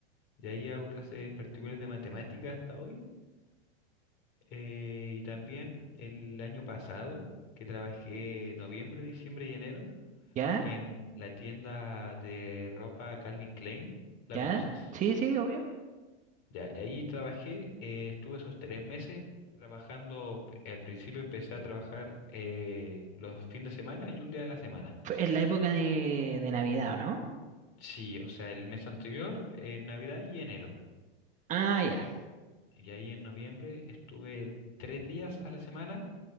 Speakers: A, on the left; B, on the right.
A: Y ahí hago clases particulares de matemáticas hasta hoy. eh, y también el año pasado, que trabajé noviembre, diciembre y enero
B: ya,
A: en la tienda de ropa Calvin Klein. ¿La
B: ya.
A: conoces?
B: Sí, sí, obvio.
A: Ya, y ahí trabajé, eh, estuve esos tres meses trabajando. Al principio empecé a trabajar eh, los fines de semana y un día de la semana.
B: Fue en la época de, de Navidad, ¿o ¿no?
A: Sí, o sea, el mes anterior, en Navidad y enero.
B: Ah, ya.
A: Y ahí en noviembre estuve tres días a la semana,